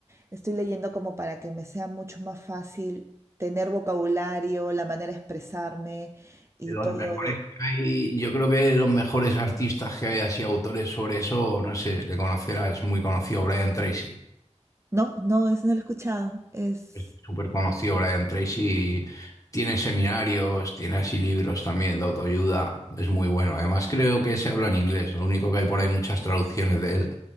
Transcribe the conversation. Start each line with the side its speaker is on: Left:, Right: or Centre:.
Right: Estoy leyendo como para que me sea mucho más fácil tener vocabulario, la manera de expresarme y
Left: De los
Right: todo.
Left: mejores que hay, yo creo que de los mejores artistas que hay, así autores sobre eso, no sé, de conocer a- es muy conocido Brian Tracy.
Right: No, no, es no lo he escuchado. Es
Left: Es súper conocido Brian Tracy y tiene seminarios, tiene así libros también de autoayuda, es muy bueno. Además creo que se habla en inglés, lo único que hay por ahí muchas traducciones de él,